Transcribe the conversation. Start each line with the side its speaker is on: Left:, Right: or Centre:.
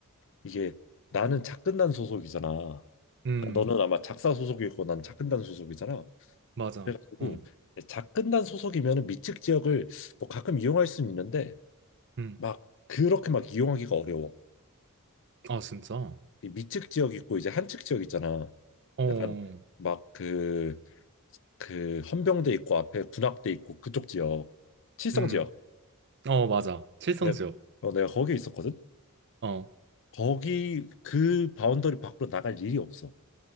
Left: 이게 나는 작근단 소속이잖아.
Right: 음,
Left: 그러니까 너는 아마 작사 소속이고 난 작근단 소속이잖아.
Right: 맞아.
Left: 그래가지고
Right: 어,
Left: 작근단 소속이면은 미측 지역을 뭐 가끔 이용할 수는 있는데
Right: 음.
Left: 막 그렇게 막 이용하기가 어려워.
Right: 아, 진짜?
Left: 이 미측 지역 있고 이제 한측 지역 있잖아.
Right: 어,
Left: 약간 막 그 그 헌병대 있고 앞에 군악대 있고 그쪽 지역, 칠성
Right: 음.
Left: 지역.
Right: 어, 맞아. 칠성지역.
Left: 내가 어, 내가 거기 있었거든.
Right: 어.
Left: 거기 그 바운더리 밖으로 나갈 일이 없어.